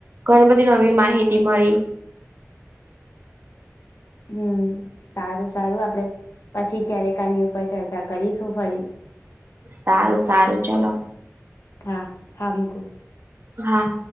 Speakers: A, on the right; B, on the left.
A: ઘણી બધી નવી માહિતી મળી
B: હમ સારું સારું આપડે પછી ક્યારેક આની ઉપર ચર્ચા કરીશું ફરી
A: સારું સારું ચલોો
B: હા હા મકોો
A: હા